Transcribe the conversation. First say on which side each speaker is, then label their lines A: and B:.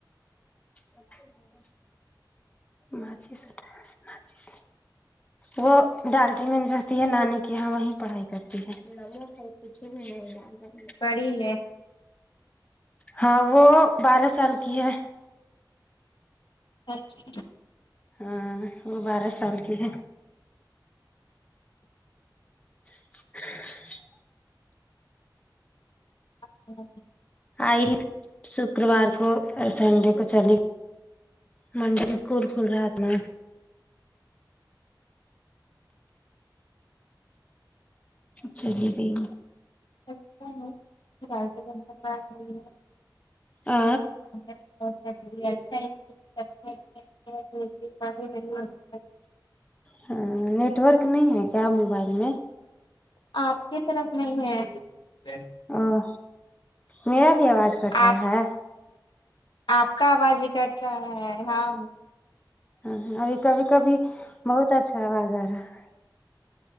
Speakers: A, on the left; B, on the left.
A: سب کو ملتے ہیں نچس اٹ نچس وہ ڈالٹری میں رہتی ہے نانی کے یہاں وہیں پڑھائی کرتی ہے کچھ بھی نہیں ڈال ریں
B: بڑی ہے
A: ہاں وہ بارہ سال کی ہے
B: اچھا
A: ہاں وہ بارہ سال کی ہے <inaudible>
B: <unintelligible>
A: آئی شکروار کو سنڈے کو چلی منڈے کو اسکول کھل رہا تھا نا چلی گئی
B: <unintelligible>
A: آ
B: <unintelligible>
A: ہاں نیٹورک نہیں ہے کیا موبائل میں
B: آپ کی طرف نہیں ہے
A: اں میرا بھی آواز کٹ
B: آپ
A: رہا ہے
B: آپ کا آواز ہی کٹ رہا ہے ہاں
A: ہاں ابھی کبھی کبھی بہت اچھا آواز آ رہا ہے